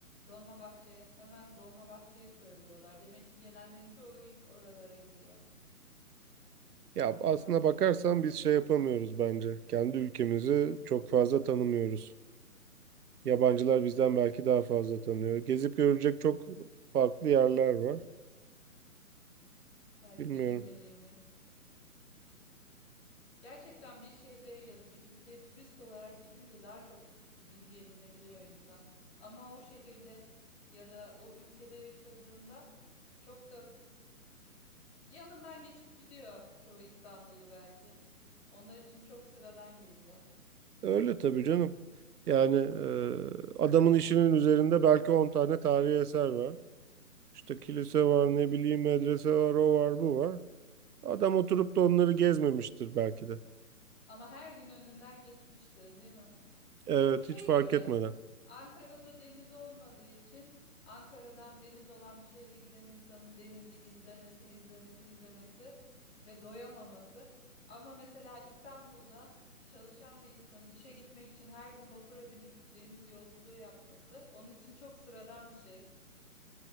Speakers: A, on the left (about 45°); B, on the right (about 85°).
A: Dolmabahçe, hemen Dolmabahçe'yi söylüyorlar. Demek ki gelenlerin çoğu ilk oralara gidiyor.
B: Ya
A: Dolmabahçe
B: aslına bakarsan
A: Sarayı.
B: biz şey yapamıyoruz bence. Kendi ülkemizi çok fazla tanımıyoruz. Yabancılar
A: Evet.
B: bizden belki daha fazla tanıyor. Gezip görecek çok farklı yerler var.
A: Belki
B: Bilmiyorum.
A: de bilmediğimiz. Gerçekten bir şehre ya da bir ülkeye turist olarak gidince daha çok bilgi edinebiliyor insan. Ama o şehirde ya da o ülkede yaşadığında çok da yanından geçip gidiyor çoğu İstanbullu belki. Onlar için çok sıradan geliyor.
B: Öyle tabii canım. Yani e, adamın işinin üzerinde belki 10 tane tarihi eser var. İşte kilise var, ne bileyim medrese var, o var, bu var. Adam oturup da onları gezmemiştir belki de.
A: Ama her gün önünden geçmiştir, değil mi?
B: Evet,
A: Bu şey
B: hiç fark
A: gibi
B: etmeden.
A: Ankara'da deniz olmadığı için Ankara'dan deniz olan bir şehre giden insanın denizi izlemesi, izlemesi, izlemesi ve doyamaması. Ama mesela İstanbul'da çalışan bir insanın işe gitmek için her gün vapura binip deniz yolculuğu yapması onun için çok sıradan bir şey.